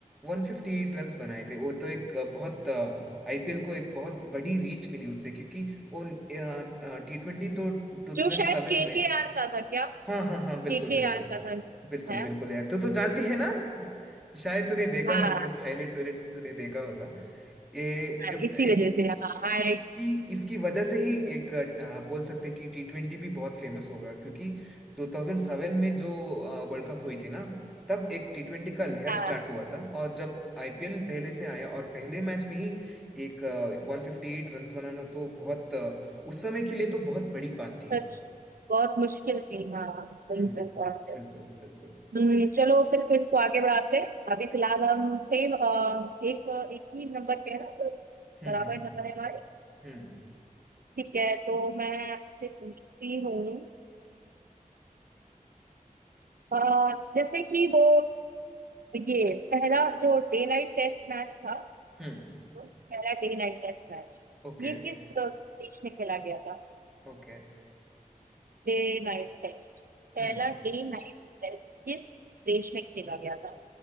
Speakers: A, in the centre; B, on the right.
A: 158 रन्स बनाए थे वो तो एक बहुत आईपीएल को एक बहुत बड़ी रीच मिली उससे क्योंकि वो टी ट्वेंटी तो 2007
B: जो शायद के
A: में
B: के आर का था क्या
A: हाँ हाँ हाँ
B: के
A: बिल्कुल
B: के
A: बिल्कुल
B: आर का था
A: बिल्कुल
B: है
A: बिल्कुल यार तू तो जानती है ना <laughs> शायद तूने देखा
B: हाँ
A: होगा कुछ हाइलाइट्स वाइलाइट्स तूने देखा होगा ए, ए,
B: हाँ, इसी
A: एक
B: वजह से हाँ हाँ
A: इसकी
B: एक-
A: इसकी वजह से ही एक अ, बोल सकते हैं कि टी ट्वेंटी भी बहुत फेमस होगा क्योंकि 2007 में जो वर्ल्ड कप हुई थी ना तब एक टी ट्वेंटी का लहर
B: हाँ
A: स्टार्ट हुआ था और जब आईपीएल पहले से आया और पहले मैच में ही एक वन फिफ्टी एट रन बनाना तो बहुत अ, उस समय के लिए तो बहुत बड़ी बात थी
B: सच बहुत मुश्किल थी हाँ सही
A: हम्म
B: से
A: हम्म,
B: बात है।
A: बिल्कुल बिल्कुल
B: हम्म, चलो फिर तो इसको आगे बढ़ाते हैं अभी फिलहाल हम सेम अ, एक एक ही नंबर पे है ना तो
A: हम्म
B: बराबर
A: हम्म
B: नंबर है हमारे
A: हम्म
B: ठीक है तो मैं आपसे पूछती हूँ अ, जैसे कि वो ये पहला जो डे नाइट टेस्ट मैच था
A: हम्म
B: वो पहला डे नाइट टेस्ट मैच
A: ओके
B: ये किस अ, देश में खेला गया था
A: ओके
B: डे नाइट टेस्ट पहला
A: हम्म
B: डे नाइट टेस्ट किस देश में खेला गया था